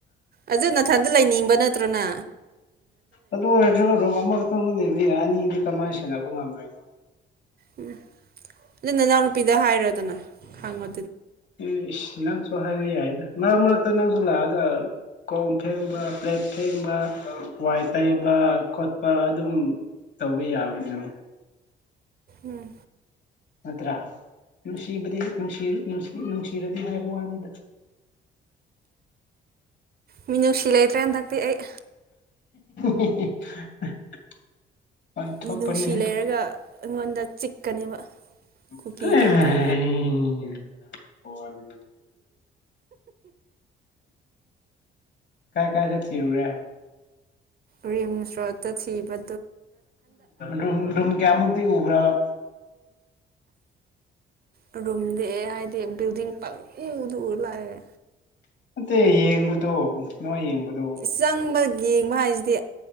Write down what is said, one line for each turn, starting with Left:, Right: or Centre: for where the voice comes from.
Right: ꯑꯗꯨ ꯅꯥꯊꯟꯗ ꯂꯩꯅꯤꯡꯕ ꯅꯠꯇ꯭ꯔꯣꯅ
Left: ꯑꯗꯨ ꯑꯣꯏꯔꯁꯨ ꯔꯨꯝ ꯑꯃꯈꯛꯇꯪ ꯂꯩꯕ ꯌꯥꯏ ꯑꯅꯤꯗꯤ ꯀꯃꯥꯏꯅ ꯁꯦꯟꯅꯕ ꯉꯝꯗꯣꯏꯅꯣ
Right: ꯎꯝ ꯑꯗꯨ ꯅꯅꯥꯎꯅ ꯅꯨꯄꯤꯗ ꯍꯥꯏꯔꯗꯅ ꯈꯪꯉ
Left: ꯑꯦ ꯏꯁ ꯅꯪꯁꯨ ꯍꯥꯏꯕ ꯌꯥꯏꯗ ꯃꯔꯛ ꯃꯔꯛꯇ ꯅꯪꯁꯨ ꯂꯥꯛꯑꯒ ꯀꯣꯝ ꯐꯦꯡꯕ ꯄ꯭ꯂꯦꯠ ꯐꯦꯡꯕ ꯋꯥꯏ ꯇꯩꯕ ꯈꯣꯠꯄ ꯑꯗꯨꯝ ꯇꯧꯕ ꯌꯥꯕꯅꯦꯕ
Right: ꯎꯝ
Left: ꯅꯠꯇ꯭ꯔꯥ ꯅꯨꯡꯁꯤꯕꯗꯤ ꯅꯨꯡꯁꯤꯔꯗꯤ ꯍꯥꯏꯕ ꯋꯥꯅꯤꯗ <inaudible>
Right: ꯃꯤꯅꯨꯡꯁꯤ ꯂꯩꯇ꯭ꯔꯦ ꯍꯟꯗꯛꯇꯤ ꯑꯩ
Left: <inaudible> ꯋꯥꯟꯊꯣꯛꯄꯅꯦꯍꯦ
Right: ꯃꯤ ꯅꯨꯡꯁꯤ ꯂꯩꯔꯒ ꯑꯩꯉꯣꯟꯗ ꯆꯤꯛꯀꯅꯦꯕ
Left: <inaudible>
Right: ꯀꯨꯀꯤ ꯇꯥꯏꯞꯇ
Left: ꯀꯥꯏ ꯀꯥꯏꯗ ꯊꯤꯔꯨꯨꯔꯦ
Right: ꯔꯤꯝ ꯁ꯭ꯔꯣꯠꯇ ꯊꯕ
Left: ꯎꯝ ꯔꯝ ꯀꯌꯥꯃꯨꯛꯇꯗꯤ ꯎꯕ꯭ꯔꯕ
Right: ꯑ ꯔꯨꯝꯝꯗ ꯍꯥꯏꯗꯤ <unintelligible> ꯕꯜꯗꯤꯡ ꯄꯪ ꯎꯗ ꯂꯥꯛꯑꯦ
Left: ꯑꯦ ꯌꯦꯡꯕꯗꯣ ꯅꯣꯏ ꯌꯦꯡꯕꯗꯣ
Right: ꯆꯪꯕ ꯌꯦꯡꯕ ꯍꯥꯏꯁꯤꯗꯤ